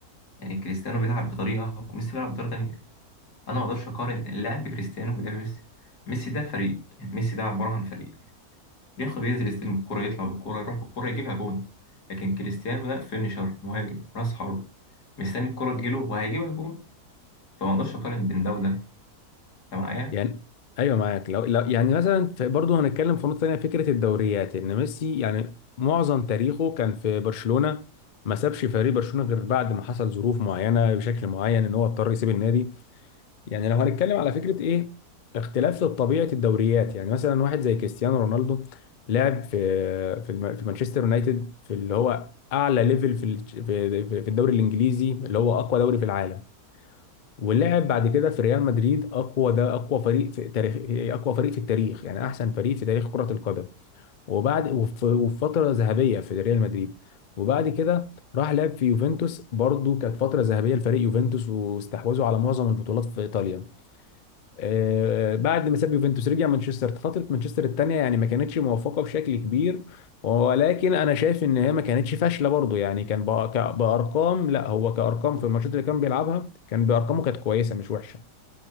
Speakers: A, on the left; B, on the left.
A: يعني كريستيانو بيلعب بطريقه وميسي بيلعب بطريقه تانية انا ما اقدرش اقارن لعب كريستيانو بلعب ميسي ميسي ده فريق يعني ميسي ده عباره عن فريق بياخد ينزل يستلم الكوره يطلع بالكوره يروح بالكوره يجيبها جون لكن كريستيانو ده فينيشر مهاجم راس حرب مستني الكوره تجيله وهيجيبها جون فما اقدرش اقارن بين ده وده انت معايا
B: يعني ايوه معاك لو, لو يعني مثلا في- برضه هنتكلم في نقطه ثانيه فكره الدوريات ان ميسي يعني معظم تاريخه كان في برشلونه ما سابش فريق برشلونه غير بعد ما حصل ظروف معينه بشكل معين ان هو اضطر يسيب النادي يعني لو هنتكلم على فكره ايه اختلاف في طبيعه الدوريات يعني مثلا واحد زي كريستيانو رونالدو لعب في في, الم- في مانشستر يونايتد في اللي هو اعلى ليفل في الج- في في الدوري الانجليزي اللي هو اقوى دوري في العالم ولعب بعد كده في ريال مدريد اقوى ده اقوى فريق في تاريخ في- اقوى فريق في التاريخ يعني احسن فريق في تاريخ كرة القدم وبعد وف- وفي فترة ذهبية في ريال مدريد وبعد كده راح لعب في يوفنتوس برضو كانت فترة ذهبية لفريق يوفنتوس واستحوذوا على معظم البطولات في ايطاليا آه بعد ما ساب يوفنتوس رجع مانشستر فترة مانشستر الثانية يعني ما كانتش موفقة بشكل كبير ولكن انا شايف ان هي ما كانتش فاشله برضو يعني كان بأ- ك- بارقام لا هو كارقام في الماتشات اللي كان بيلعبها كان بارقامه كانت كويسه مش وحشه